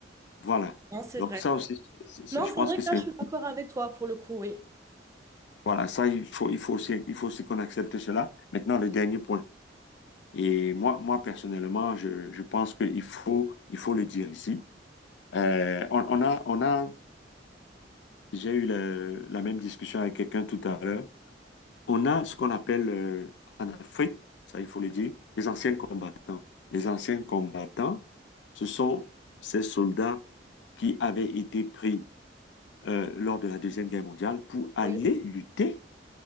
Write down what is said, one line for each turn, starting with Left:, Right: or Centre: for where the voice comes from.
Left: Voilà.
Right: Non, c'est
Left: Donc
Right: vrai.
Left: ça aussi, c'est- c'est-
Right: Non,
Left: je pense
Right: c'est vrai
Left: que
Right: que
Left: c'est...
Right: là, je suis d'accord avec toi pour le coup, oui.
Left: Voilà, ça, il faut, il faut aussi, il faut aussi qu'on accepte cela. Maintenant, le dernier point. Et moi, moi personnellement, je, je pense qu'il faut, il faut le dire ici. Euh, on, on a, on a J'ai eu le- la même discussion avec quelqu'un tout à l'heure. On a ce qu'on appelle euh, en Afrique, ça il faut le dire, les anciens combattants. Les anciens combattants, ce sont ces soldats qui avaient été pris euh, lors de la Deuxième Guerre mondiale pour aller
Right: Oui.
Left: lutter